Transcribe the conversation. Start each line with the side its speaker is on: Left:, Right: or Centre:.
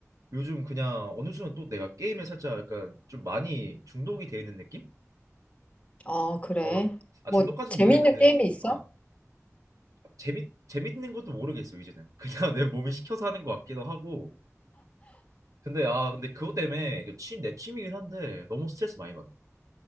Right: 요즘 그냥 어느 순간 또 내가 게임에 살짝 약간 좀 많이 중독이 되어 있는 느낌?
Left: 아, 그래.
Right: 어, 아
Left: 뭐,
Right: 중독까지는
Left: 재밌는
Right: 모르겠는데
Left: 게임이 있어?
Right: 아 재밌 재밌는 것도 모르겠어 이제는 그냥 <laughs> 내 몸이 시켜서 하는 것 같기도 하고 근데 아 근데 그것 때문에 이거 취- 내 취미긴 한데 너무 스트레스 많이 받아